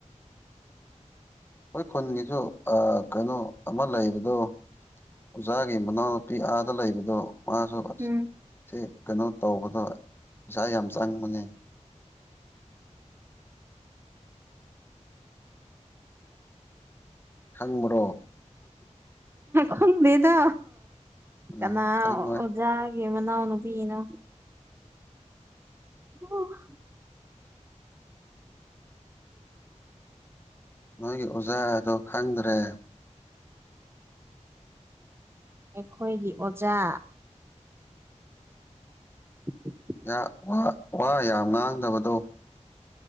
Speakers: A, on the left; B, on the right.
A: ꯑꯈꯣꯏ ꯈꯨꯟꯒꯤꯁꯨ ꯑ ꯀꯩꯅꯣ ꯑꯃ ꯂꯩꯕꯗꯣ ꯑꯣꯖꯥꯒꯤ ꯃꯅꯥꯎꯅꯨꯄꯤ ꯑꯥꯗ ꯂꯩꯕꯗꯣ ꯃꯥꯁꯨ ꯑꯁ
B: ꯎꯝ
A: ꯁꯤ ꯀꯩꯅꯣ ꯇꯧꯕꯗ ꯄꯩꯁꯥ ꯌꯥꯝ ꯆꯪꯕꯅꯦ ꯈꯪꯕ꯭ꯔꯣ
B: ꯈꯪꯗꯦꯗ
A: ꯎꯝ
B: ꯀꯅꯥ
A: ꯈꯪꯉꯣꯏ
B: ꯑꯣꯖꯥꯒꯤ ꯃꯅꯥꯎꯅꯨꯄꯤꯅꯣ ꯑꯣ <unintelligible>
A: ꯅꯣꯏꯒꯤ ꯑꯣꯖꯥꯗꯣ ꯈꯪꯗ꯭ꯔꯦ
B: ꯑꯩꯈꯣꯏꯒꯤ ꯑꯣꯖꯥ <unintelligible>
A: ꯌꯥ ꯋꯥ <unintelligible> ꯋꯥ ꯌꯥꯝ ꯉꯥꯡꯗꯕꯗꯣ